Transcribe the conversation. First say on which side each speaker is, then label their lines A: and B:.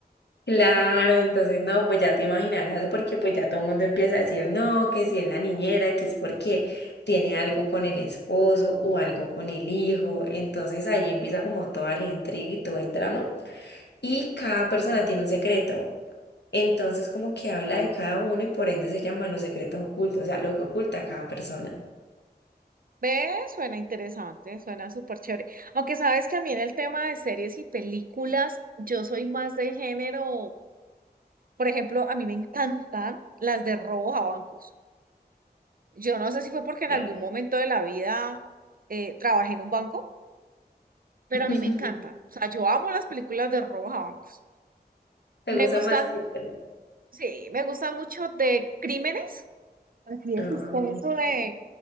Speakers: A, on the left; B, on the right.
A: Claro, entonces no, pues ya te imaginarás, porque pues ya todo el mundo empieza a decir no, que si es la niñera, que es porque tiene algo con el esposo o algo con el hijo. Entonces ahí empieza como toda la intriga y todo el drama. y cada persona tiene un secreto. Entonces, como que habla de cada uno y por ende se llaman los secretos ocultos, o sea, lo que oculta cada persona.
B: ¿Ves? Suena interesante, suena súper chévere. Aunque sabes que a mí en el tema de series y películas, yo soy más de género, por ejemplo, a mí me encantan las de robos a bancos. Yo no sé si fue porque en
A: Yo.
B: algún momento de la vida eh, trabajé en un banco, pero
A: <laughs>
B: a mí me encantan. O sea, yo amo las películas de robos a bancos.
A: ¿Te
B: Me
A: gusta
B: gustan
A: más que yo?
B: Sí, me gusta mucho de crímenes, así de
A: Ah,
B: suspenso
A: ok.
B: de,